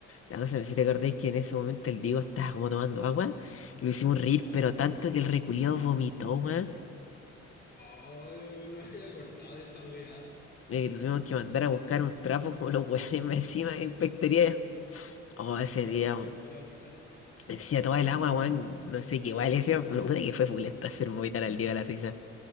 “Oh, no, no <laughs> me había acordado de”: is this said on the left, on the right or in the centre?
Left